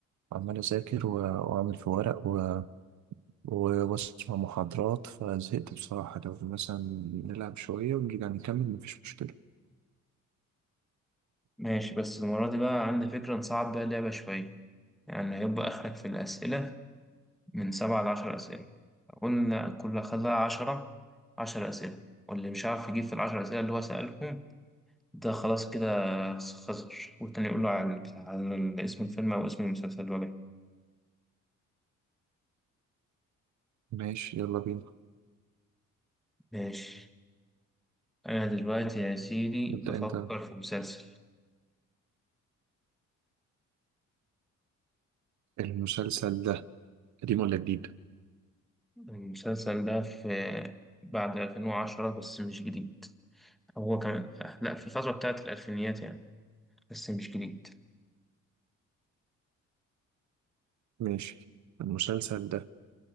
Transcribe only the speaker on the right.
عمال أذاكر و- وأعمل في ورق و... و- وأسمع محاضرات فزهقت بصراحة لو مثلا نلعب شوية ونرجع نكمل مفيش مشكلة
ماشي يلا بينا
ابدأ
أنت
المسلسل ده قديم ولا جديد؟
ماشي المسلسل ده